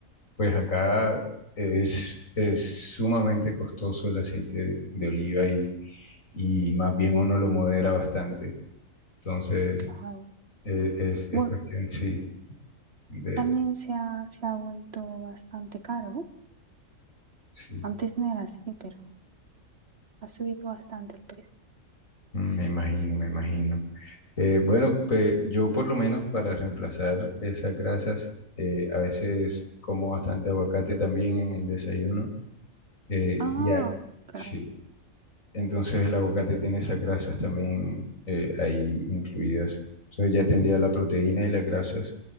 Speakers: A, on the left (about 70°); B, on the right (about 50°).
A: pues acá es, es sumamente costoso el aceite de, de oliva y, y más bien uno lo modera bastante. Entonces,
B: claro.
A: eh, es, es
B: Bueno,
A: cuestión, sí, de...
B: también se ha, se ha vuelto bastante caro, ¿no?
A: Sí,
B: Antes no era así, pero ha subido bastante el precio.
A: Mm, me imagino, me imagino. Eh, bueno, pues yo por lo menos para reemplazar esas grasas, eh, a veces como bastante aguacate también en el desayuno Eh,
B: Ah,
A: y a-
B: claro.
A: sí, entonces el aguacate tiene esas grasas también eh, ahí incluidas. Entonces ya tendría la proteína y las grasas.